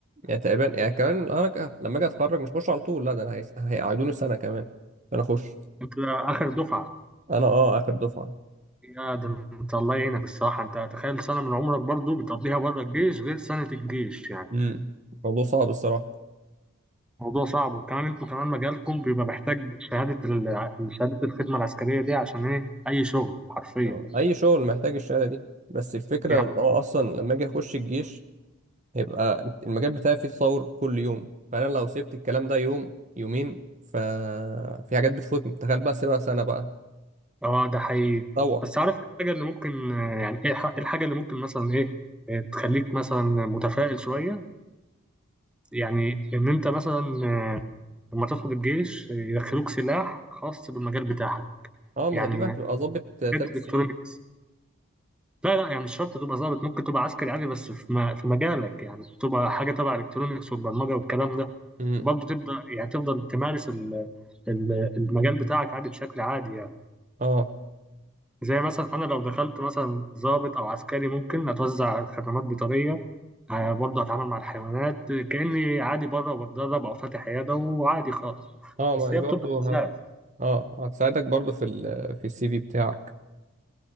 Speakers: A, on the right; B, in the centre.
A: يعني تقريبا يعني كمان انا ك- لما اجي اتخرج مش هخش على طول لا ده انا هيس- هيقعدوني سنة كمان انا اخش
B: انت اخر دفعة
A: انا اه اخر دفعة
B: يا ده انت الله يعينك الصراحة انت تخيل سنة من عمرك برضه بتقضيها بره الجيش غير سنة الجيش يعني
A: امم الموضوع صعب الصراحة
B: موضوع صعب وكمان انتوا كمان مجالكم بيبقى محتاج شهادة ال- شهادة الخدمة العسكرية دي عشان ايه أي شغل حرفيا
A: آه، اي شغل محتاج الشهادة دي بس الفكرة
B: يعني
A: ان هو اصلا لما اجي اخش الجيش هيبقى المجال بتاعي فيه تطور كل يوم فانا لو سبت الكلام ده يوم يومين ففي حاجات بتفوتني تخيل بقى سيبها سنة بقى
B: اه ده حقيقي
A: تطور
B: بس عارف إيه الحاجة اللي ممكن آه، يعني ايه الح- إيه الحاجة اللي ممكن مثلا ايه آه، تخليك مثلا متفائل شوية يعني ان انت مثلا آه، لما تدخل الجيش آه، يدخلوك سلاح خاص بالمجال بتاعك
A: اه ما
B: يعني
A: هي دي بقى هتبقى ظابط ثلاث
B: حاجات الكترونيكس
A: سنين
B: لا لا يعني مش شرط تبقى ظابط ممكن تبقى عسكري عادي بس في م- في مجالك يعني تبقى حاجة تبع الكترونيكس والبرمجة والكلام ده
A: امم
B: برضه تبدا يعني تفضل تمارس ال- ال- المجال بتاعك عادي بشكل عادي يعني
A: اه
B: زي مثلا انا لو دخلت مثلا ضابط او عسكري ممكن اتوزع خدمات بيطريه آه، برضه اتعامل مع الحيوانات كاني عادي بره وبتدرب او فاتح عياده وعادي خالص
A: اه ما
B: بس
A: دي
B: هي
A: برضو
B: بتبقى
A: ه...
B: ازاي
A: اه هتساعدك برضو في ال... في السي في بتاعك